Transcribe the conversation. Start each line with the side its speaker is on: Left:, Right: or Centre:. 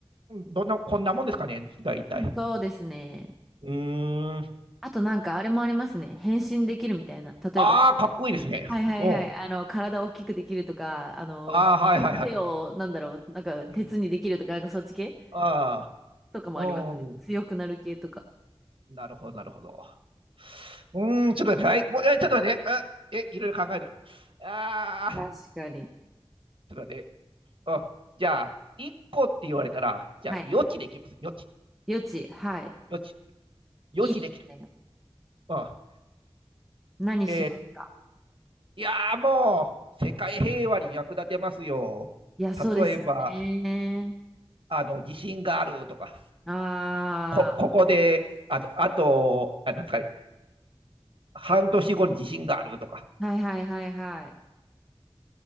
Right: どんな、こんなもんですかね、大体。
Centre: うんそうですね。
Right: うーん。
Centre: あとなんかあれもありますね。変身できるみたいな。例えば、
Right: ああ、かっこいいですね。
Centre: はいはいはい。
Right: うん。
Centre: あの、体大きくできるとか、あの、
Right: ああ、はいはいはい。
Centre: 手手を、なんだろう、なんか、
Right: うん。
Centre: 鉄にできるとか、なんかそっち系
Right: あ
Centre: とかもありますね。
Right: あ、うん。
Centre: 強くなる系とか。
Right: なるほど、なるほど。うーん、ちょっと待って、はい。もう、え、ちょっと待って。あ、え、いろいろ考える。ああ、
Centre: 確かに。
Right: ちょっと待って。うん。じゃあ、1個って言われたら、じゃあ、
Centre: はい。
Right: 予知できます。予知、
Centre: 余地。はい。
Right: 予知、予知できる。
Centre: いいですね。
Right: うん。
Centre: 何しますか
Right: えーいやーもう、世界平和に役立てますよ。
Centre: いや、そうですよね。
Right: 例えば、あの、地震があるとか。
Centre: あ
Right: こ、ここで、あと、あと、あ、なんですかね、半年後に地震があるとか、
Centre: あ、はいはいはいはい。